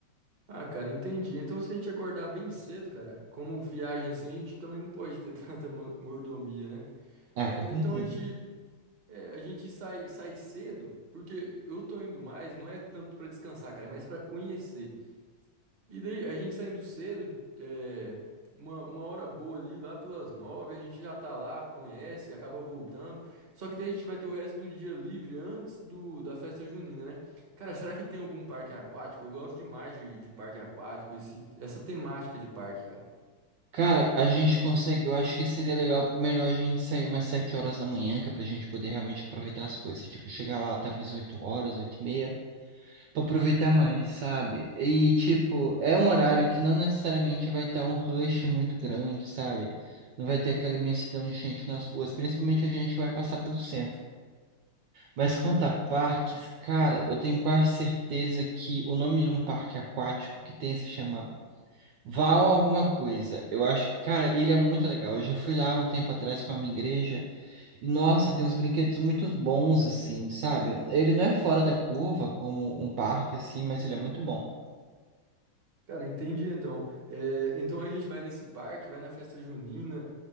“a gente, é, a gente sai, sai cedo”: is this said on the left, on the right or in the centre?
Right